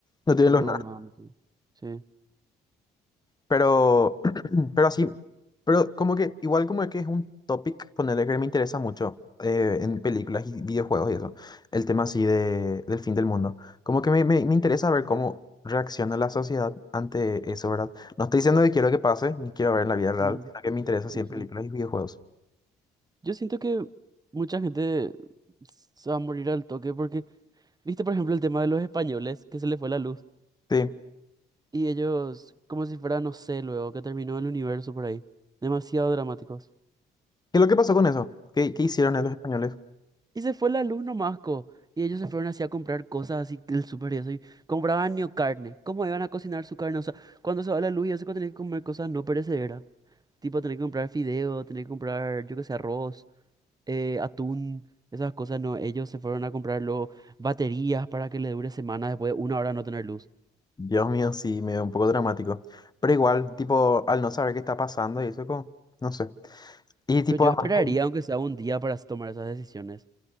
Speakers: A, on the left; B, on the right.
A: No tiene
B: No,
A: los
B: no, no. no, Sí. Sí.
A: Pero, <clears throat> pero así, pero como que, igual como que es un topic, ponerle que me interesa mucho eh, en películas y videojuegos y eso, el tema así de, del fin del mundo. Como que me, me, me interesa ver cómo reacciona la sociedad ante eso, ¿verdad? No estoy diciendo que quiero que pase, ni quiero ver en la vida real,
B: Mm,
A: sino que me interesa así
B: ujú.
A: en películas y videojuegos.
B: Yo siento que mucha gente se va a morir al toque porque, viste, por ejemplo, el tema de los españoles, que se les fue la luz.
A: Sí.
B: Y ellos, como si fuera, no sé, luego que terminó el universo por ahí. Demasiado dramáticos.
A: ¿Qué es lo que pasó con eso? ¿Qué, qué hicieron los españoles?
B: Y se fue la luz nomás, co. Y ellos se fueron así a comprar cosas así que el súper y eso. Y compraban ni carne. ¿Cómo iban a cocinar su carne? O sea, cuando se va la luz y eso que tenés que comer cosas no perecederas. Tipo, tenés que comprar fideo, tenés que comprar, yo qué sé, arroz, eh, atún, esas cosas no. Ellos se fueron a comprar luego baterías para que le dure semanas después de una hora de no tener luz.
A: Dios mío, sí, medio un poco dramático. Pero igual, tipo, al no saber qué está pasando y eso, como, no sé. Y tipo,
B: Pero yo esperaría,
A: además que...
B: aunque sea un día, para s- tomar esas decisiones.